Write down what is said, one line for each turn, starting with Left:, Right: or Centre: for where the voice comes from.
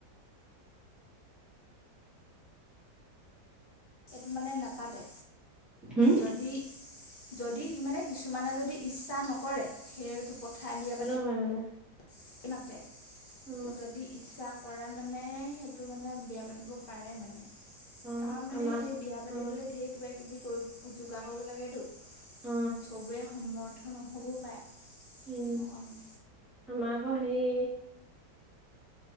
Left: এইটো মানে নাপাতে।
Centre: হোম!
Left: যদি যদি মানে কিছুমানে যদি ইচ্ছা নকৰে সেইটো পথাৰ বিয়া পাতি-
Centre: হয়ঁ মানে।
Left: ইচকেনাদে
Centre: অ অ
Left: যদি ইচ্ছা। কৰে মানে সেইটো মানে বিয়া পাতিব পাৰে মানে। কাৰণ
Centre: অ
Left: মানে
Centre: আমাক
Left: সেই বিয়া পাতিবলৈ
Centre: অ
Left: ধেৰ কিবা কিবি- কি কৰিব যোগাৰ কৰিব লাগেতো চবেই
Centre: অ
Left: সমৰ্থ নহ'ব পাৰে।
Centre: উমঁ
Left: তেনেকুৱা মানে
Centre: আমাৰ আকৌ হেই।